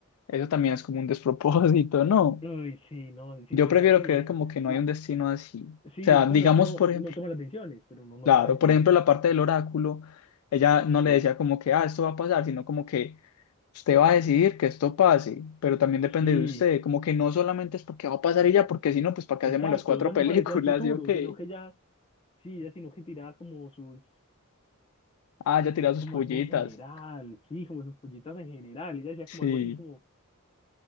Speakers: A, on the left; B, on the left.
A: Eso también es como un despropósito, ¿no?
B: Uy, sí, no, sí,
A: Yo
B: pensativo.
A: prefiero creer como que no
B: La,
A: hay un destino así.
B: sí,
A: O sea,
B: la
A: digamos,
B: cosa es que uno,
A: por
B: uno
A: ejemplo,
B: toma las decisiones, pero uno no
A: claro,
B: sabe
A: por
B: si,
A: ejemplo, la parte del oráculo, ella no le
B: sí,
A: decía como que, ah, esto va a pasar, sino como que usted va a decidir que esto pase, pero también depende
B: sí,
A: de usted, como que no solamente es porque va a pasar ella, porque si no, pues ¿para qué
B: exacto,
A: hacemos las cuatro
B: ya no
A: <laughs> películas?
B: predecía el futuro,
A: ¿Y o qué?
B: sino que ya, sí, ya sino que tiraba como sus,
A: Ah, ya tirado
B: como
A: sus pullitas.
B: algo en general, sí, como sus pollitas en general, ella decía
A: Sí.
B: como algo así como